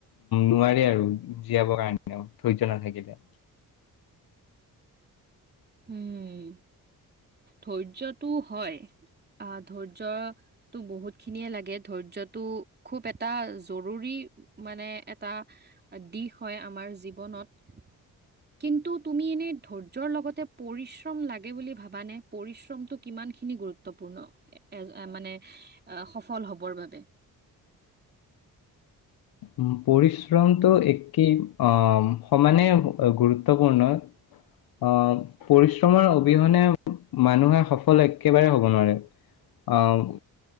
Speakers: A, on the left; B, on the right.
A: নোৱাৰে আৰু জীয়াবৰ কাৰণে ধৈৰ্য নাথাকিলে
B: উম ধৈৰ্যটো হয় অ ধৈৰ্য টো বহুত খিনিয়ে লাগে ধৈৰ্য টো খুব এটা জৰুৰী মানে এটা দিশ হয় আমাৰ জীৱনত কিন্তু তুমি এনে ধৈৰ্যৰ লগতে পৰিশ্ৰম লাগে বুলি ভাবা নে পৰিশ্ৰমতটো কিমান খিনি গুৰুত্বপূৰ্ণ এ মানে সফল হ'বৰ বাবে
A: উ পৰিশ্ৰমটো একেই আহ সমানে গুৰুত্বপূৰ্ণ আহ পৰিশ্ৰমৰ অবিহনে মানুহে সফল একেবাৰে হব নোৱাৰে আহ